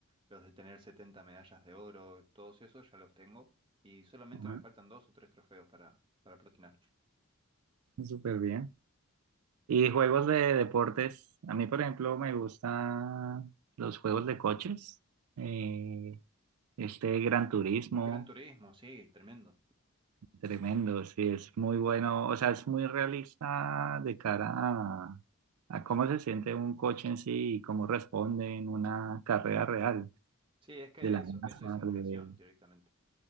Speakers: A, on the right; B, on the right.
A: los de tener 70 medallas de oro, todos esos ya los tengo. Y solamente
B: ajá,
A: me faltan dos o tres trofeos para, para platinar.
B: súper bien. Y juegos de deportes, a mí por ejemplo me gustan los juegos de coches, eh, este Gran Turismo,
A: Gran Turismo, sí, tremendo.
B: Tremendo, sí, es muy bueno, o sea, es muy realista de cara a, a cómo se siente un coche en sí y cómo responde en una carrera real
A: Sí, es que
B: de la
A: eso,
B: masa.
A: eso es simulación
B: de-
A: directamente.